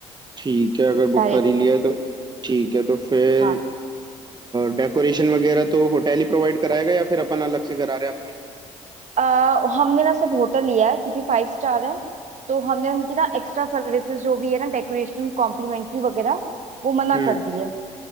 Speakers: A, on the right; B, on the right.
A: ठीक है अगर
B: पहले
A: बुक कर
B: से
A: ही लिया है तो ठीक है तो फिर
B: हाँ
A: डेकोरेशन वगैरह तो होटल ही प्रोवाइड कराएगा या फिर अपन अलग से करा रहे हैं अपनी
B: अ, हमने ना सिर्फ होटल लिया है क्योंकि फाइव स्टार है तो हमने उनकी ना एक्स्ट्रा सर्विसेज जो भी है ना डेकोरेशन कॉम्प्लीमेंट्री वगैरह वो मना
A: हम्म
B: कर दी है